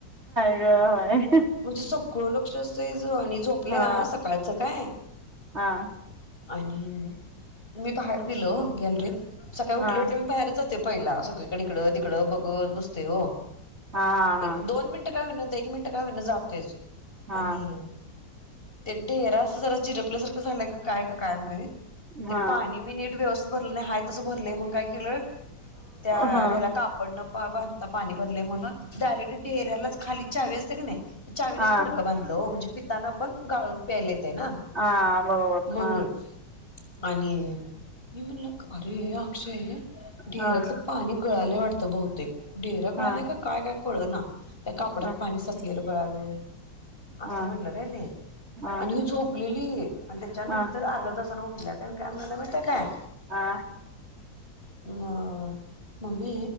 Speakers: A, on the right; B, on the left.
A: हा
B: म्हणजे सगळ लक्ष असतय आणि झोपल्या
A: हा
B: सकाळचं काय
A: हा
B: आणि मी बाहेर गेलो गॅलरीत सकाळी उठले
A: हा
B: उठले मी बाहेर जातो पहिला सगळीकडे इकडं तिकडं बघत बसते हो
A: हा हा
B: एक दोन मिनटं क होईना एक मिनिट काय होईना जातोयच
A: हा
B: आणि ते ढडेरा अस जरा झिरपल्यासारखं झालाय काय काय माहित
A: हा
B: ते पाणी मी नीट व्यवस्थित भरलं नाही हाय तसं भरलंय मग काय केलं त्या
A: हा
B: ह्याला कापड न भरता पाणी भरले म्हणून डायरेक्ट डेऱ्यालाच खाली चावी असते की नाही तर चावीलाच
A: हा
B: फडकं बांधलं म्हणजे पिताना पण गाळून प्यायले चलतय ना
A: हा बरोबर
B: म्हणून
A: हा
B: आणि मी म्हणल अरे अक्षय डेऱ्यातलं
A: हा
B: पाणी गळालं वाटतं बहुतेक डेरा गळालाय
A: हा
B: का काय काय कळ ना काय कापडात
A: हा
B: पाणी साचलेलं गळालं असं
A: हा
B: म्हणलं रे न
A: हा हा
B: आणि ही झोपलेली आणि त्याच्यानंतर
A: हा
B: अर्धा तासन उठ ल्या आणि काय म्हणाल्या माहीत हाय काय
A: हा
B: म मम्मी